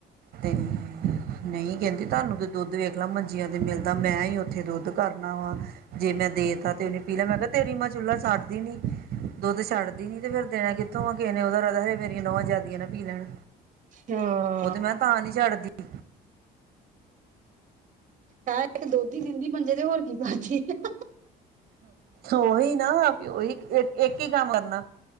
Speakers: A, on the right; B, on the right.
A: ਤਿੰਨ ਨਹੀਂ ਕਹਿੰਦੀ ਤੁਹਾਨੂੰ ਦੁੱਧ ਦੇਖ ਲਾ ਮੰਜੀਆਂ ਤੇ ਮਿਲਦਾ ਮੈਂ ਹੀ ਉੱਥੇ ਦੁੱਧ ਕਰਨਾ ਵਾ ਜੇ ਮੈਂ ਦੇਤਾ ਤੇ ਉਹਨੇ ਪੀ ਲੈ ਮੈਂ ਕਿਹਾ ਤੇਰੀ ਮਾਂ ਚੁੱਲਾ ਸੜਦੀ ਨਹੀਂ ਦੁੱਧ ਛੱਡਦੀ ਨਹੀਂ ਤੇ ਫਿਰ ਦੇਣਾ ਕਿਥੋਂ ਕਿਸੇ ਨੇ ਉਹਦਾ ਨਾ ਮੇਰੀ ਨੂੰਹਾਂ ਜਿਆਦੀਆਂ ਨਾ ਪੀ ਲੈਣ
B: ਹਾਂ
A: ਉਹ ਤੇ ਮੈਂ ਤਾਂ ਨੀ ਛੱਡਦੀ <inaudible>
B: ਕਹਿ ਕੈ ਇੱਕ ਦੁੱਧ ਹੀ ਦਿੰਦੀ ਮੰਜੇ ਤੇ ਹੋਰ ਕੀ <unintelligible>
A: ਓਹੀ ਨਾ ਓਹੀ ਇੱਕ ਇੱਕੀ ਕੰਮ ਕਰਨਾ